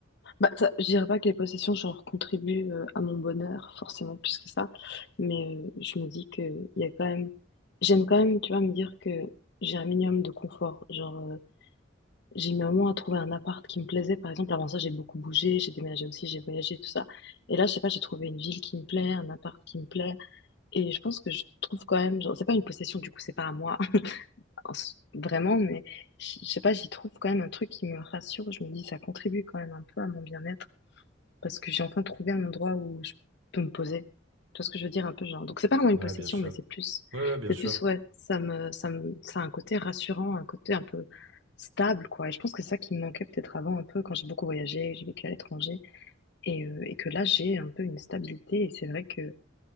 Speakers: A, on the left; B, on the right.
A: Bah, ça, je dirais pas que les possessions, genre, contribuent euh, à mon bonheur, forcément, plus que ça. Mais euh, je me dis que il y a quand même, j'aime quand même, tu vois, me dire que j'ai un minimum de confort. Genre, euh, J'ai mis un moment à trouver un appart qui me plaisait. Par exemple, avant ça, j'ai beaucoup bougé, j'ai déménagé aussi, j'ai voyagé, tout ça. Et là, je sais pas, j'ai trouvé une ville qui me plaît, un appart qui me plaît. Et je pense que je trouve quand même, genre, c'est pas une possession, du coup, c'est pas à moi, <laughs> en s- vraiment, mais je je sais pas, j'y trouve quand même un truc qui me rassure. Je me dis, ça contribue quand même un peu à mon bien-être parce que j'ai enfin trouvé un endroit où je peux me poser. Tu vois ce que je veux dire un peu genre. Donc c'est pas vraiment
B: Ouais,
A: une possession,
B: bien sûr.
A: mais c'est plus,
B: Ouais, ouais, bien
A: c'est
B: sûr.
A: plus ouais, ça me, ça me, ça a un côté rassurant, un côté un peu stable quoi. Et je pense que c'est ça qui me manquait peut-être avant un peu quand j'ai beaucoup voyagé, j'ai vécu à l'étranger et, euh, et que là j'ai un peu une stabilité et c'est vrai que